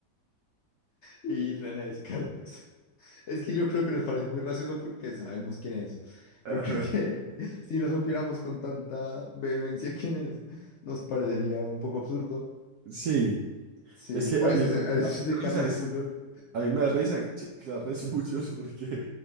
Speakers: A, on the left; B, on the right.
A: y René Descartes. Es que yo creo que nos parece muy gracioso porque sabemos quién es.
B: Ajá.
A: Yo creo que <laughs> si no supiéramos con tanta vehemencia quién es, nos parecería un poco absurdo.
B: Sí,
A: Sí,
B: es que
A: pues
B: a mí,
A: ese-
B: a, a
A: <laughs> es,
B: mí
A: de
B: me da
A: Carles
B: risa, es,
A: Puyol.
B: a mí me da risa ch- que sea re <laughs> suyos porque,